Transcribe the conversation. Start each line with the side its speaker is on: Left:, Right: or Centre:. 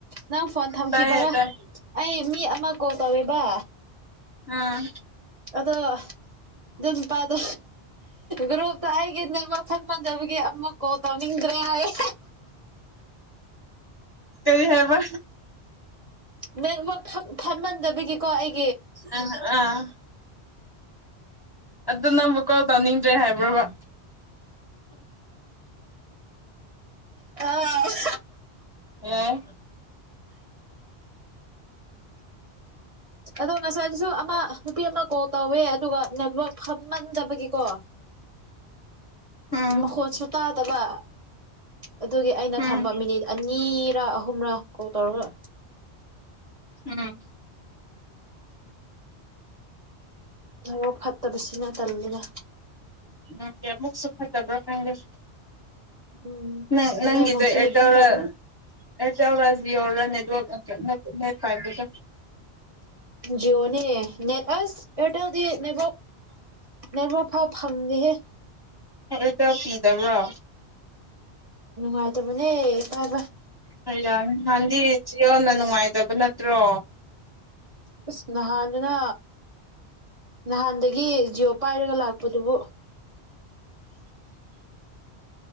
Right: ꯅꯪ ꯐꯣꯟ ꯊꯝꯈꯤꯕꯒ
Left: ꯇꯥꯏꯌꯦ ꯇꯥꯏ
Right: ꯑꯩ ꯃꯤ ꯑꯃ ꯀꯣꯜ ꯇꯧ ꯕꯥ
Left: ꯑꯥ
Right: ꯑꯗꯣ ꯑꯗꯨ ꯅꯨꯄꯥꯗꯣ ꯒ꯭ꯔꯨꯞꯇ ꯑꯩꯒꯤ ꯅꯦꯝꯃꯛ ꯊꯛꯃꯟꯖꯕꯒꯤ ꯑꯃ ꯀꯣꯜ ꯇꯧꯅꯤꯡꯗ꯭ꯔꯦ <unintelligible>
Left: ꯀꯔꯤ ꯍꯥꯏꯕ
Right: ꯅꯦꯠꯋꯥꯛ ꯐꯠꯃꯟꯗꯕꯒꯤꯀꯣ ꯑꯩ
Left: ꯑ ꯑꯥ ꯑꯗꯨ ꯅꯪꯕꯨ ꯀꯥꯎꯜ ꯇꯧꯅꯤꯡꯗ꯭ꯔꯦ ꯍꯥꯏꯕ꯭ꯔꯕ
Right: ꯑ
Left: ꯑꯝ
Right: ꯑꯗꯣ ꯉꯁꯥꯏꯗꯨꯁꯨ ꯑꯃ ꯅꯨꯄꯤ ꯑꯃꯅ ꯀꯣꯜ ꯇꯧꯋꯦ ꯑꯗꯨꯒ ꯅꯦꯠꯋꯥꯛ ꯐꯝꯃꯟꯗꯕꯒꯤꯀꯣ
Left: ꯎꯝ
Right: ꯃꯈꯣꯠꯁꯨ ꯇꯥꯗꯕ ꯑꯗꯨꯒꯤ ꯑꯩꯅ
Left: ꯎꯝ
Right: ꯊꯝꯕ ꯃꯤꯅꯤꯠ ꯑꯅꯤꯔ ꯑꯍꯨꯝꯔ ꯀꯣꯜ ꯇꯧꯔꯒ
Left: ꯎꯝ
Right: ꯑꯣ ꯐꯠꯇꯕꯁꯅ ꯇꯜꯂꯒ
Left: ꯑꯣ ꯑꯃꯨꯛꯁꯨ ꯐꯠꯇꯕ꯭ꯔꯥ ꯈꯪꯗꯦꯁ
Right: ꯎꯝ
Left: ꯅꯪ
Right: ꯇꯃꯦꯡꯂꯣꯡꯁꯤ
Left: ꯅꯪꯗ ꯑꯦꯔꯋꯥꯔ
Right: ꯑꯗꯨꯝ ꯇꯧꯕꯅꯤ
Left: ꯔꯥ ꯅꯦꯠ ꯅꯦ ꯐꯕꯖ
Right: ꯖꯤꯑꯣꯅꯦ ꯅꯦ ꯑꯁ ꯑꯦꯔꯇꯦꯜꯗꯤ ꯅꯦ ꯅꯦ ꯐꯝꯗꯦꯍꯦ
Left: ꯐꯔꯠꯇ ꯀꯤꯗꯕ꯭ꯔꯣ
Right: ꯅꯨꯡꯉꯥꯏꯇꯕꯅꯦ ꯚꯥꯏ ꯚꯥꯏ
Left: ꯍ ꯅꯥꯟꯗꯤ ꯖꯤꯌꯣꯟꯅ ꯅꯨꯡꯉꯥꯏꯇꯕ ꯅꯠꯇ꯭ꯔꯣ
Right: ꯑꯥꯁ ꯅꯍꯗꯨꯅ ꯅꯍꯥꯟꯗꯒꯤ ꯖꯤꯑꯣ ꯄꯥꯏꯔꯒ ꯂꯥꯛꯄꯗꯨꯕꯨ